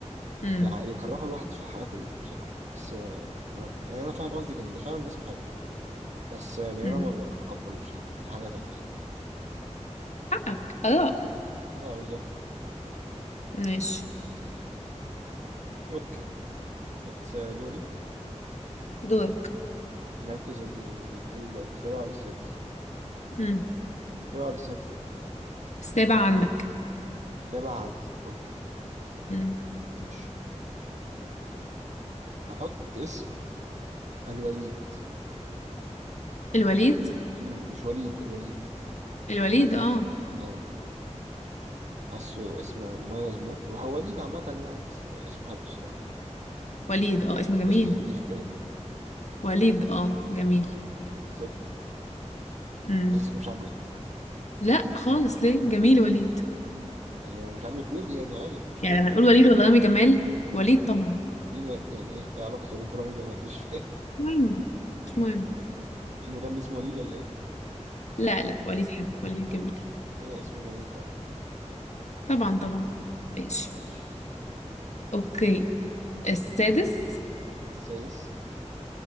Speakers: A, on the left; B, on the right.
A: امم
B: يعني يكرهوا الواحد في الحياة كلها بصراحة بس آه، يعني أنا فاهم قصدي كان فعلا الاسم حلو بس يعني
A: امم
B: انا ما بتقبلوش يعني دي حاجه تانية يعني
A: حقك آراء
B: اه بالظبط
A: ماشي
B: اوكي اتس دوري
A: دورك
B: المركز ال ايه دلوقتي السابع ولا السادس
A: امم
B: السابع ولا السادس
A: السابع عندك
B: السابع عندي اوكي
A: امم
B: ماشي هحط اسم الوليد
A: الوليد
B: مم. مش وليد الوليد
A: الوليد اه
B: اه حاسه اسم مميز موت وهو وليد عامه يعني اسم اسم حلو الصراحه
A: وليد اه اسم جميل
B: اسم خفيف كده
A: وليد اه جميل
B: بالظبط
A: امم
B: حاسسك مش عاجبك
A: لا خالص ليه جميل وليد
B: يعني لو مش عاجبك قولي يعني عادي مش مشكله
A: يعني لو هنقول وليد ولا رامي جمال وليد طبعا
B: مين و... يعني ايه ايه علاقه وليد برامج جمال مش فاهم
A: مهم مش مهم
B: <laughs> في مغني اسمه وليد ولا ايه
A: لا لا وليد حلو وليد جميل
B: اي اسم جميل طبعا
A: طبعا طبعا ماشي
B: ماشي
A: اوكي السادس
B: السادس